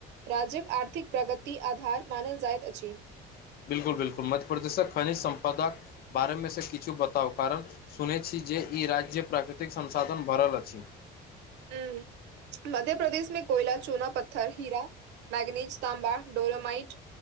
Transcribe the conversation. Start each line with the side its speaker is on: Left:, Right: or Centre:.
Right: राज्यक आर्थिक प्रगति आधार मानल जाइत अछि।
Left: बिलकुल -बिलकुल मध्य प्रदेश से खनिज सम्पदाक बारे मे से किछु बताउ? कारण सुनैत छी जे, ई राज्य प्राकृतिक संसाधन भरल अछि।
Right: ह मध्य प्र्रदेशमे, कोयला, चोना पत्थर, हीरा, मैगनीज, तां्बा, डोलोमाइट।